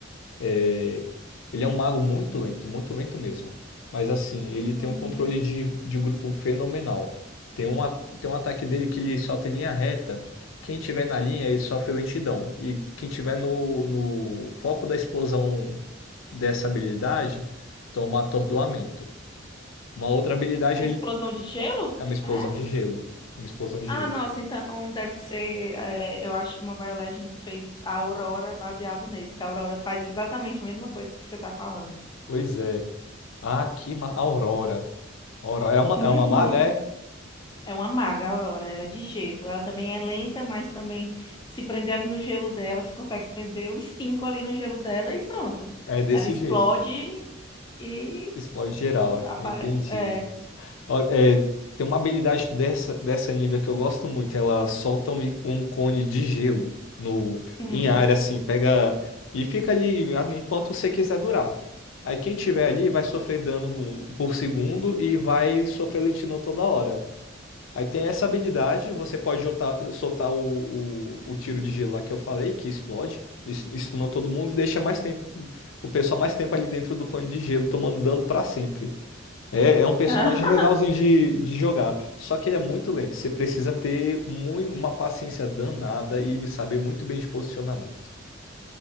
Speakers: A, on the left; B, on the left.
A: Eh, ele é um mago muito lento, muito lento mesmo. Mas assim, ele tem
B: Uhum.
A: um controle de, de grupo fenomenal. Tem um, at- tem um ataque dele que ele solta em linha reta. Quem tiver na linha, ele sofre lentidão. E quem tiver no, no foco da explosão dessa habilidade, toma atordoamento. Uma outra habilidade
B: A
A: é
B: explosão de gelo?
A: é uma explosão
B: É?
A: de gelo. Uma explosão de
B: Ah,
A: gelo.
B: nossa, então deve ser. é, eu acho que uma BioLegends fez a Aurora baseado nesse, que a Aurora faz exatamente a mesma coisa que você está falando.
A: Pois é. Ah, que ma... Aurora. Aurora. É uma,
B: Uhum.
A: é uma maga, é?
B: É uma maga, a Aurora. Ela é de gelo. Ela também é lenta, mas também se prender ali no gelo dela, você consegue prender os cinco ali no gelo dela e pronto.
A: É desse
B: Ela explode
A: jeito.
B: e
A: Explode geral.
B: aparece.
A: Entendi.
B: É.
A: Ó, é, tem uma habilidade dessa, dessa nível que eu gosto muito. Ela solta um, í- um cone de gelo no,
B: hum.
A: em área, assim. Pega e fica ali a- enquanto você quiser durar. Aí quem tiver ali vai sofrer dano por segundo e vai sofrer lentidão toda hora. Aí tem essa habilidade, você pode jotar- soltar o, o, o tiro de gelo lá que eu falei, que explode, isso estuna todo mundo e deixa mais tempo, o pessoal mais tempo ali dentro do cone de gelo, tomando dano pra sempre. É, é um personagem
B: <laughs>
A: legalzinho de, de jogar, só que ele é muito lento, você precisa ter mui- uma paciência danada e saber muito bem de posicionamento.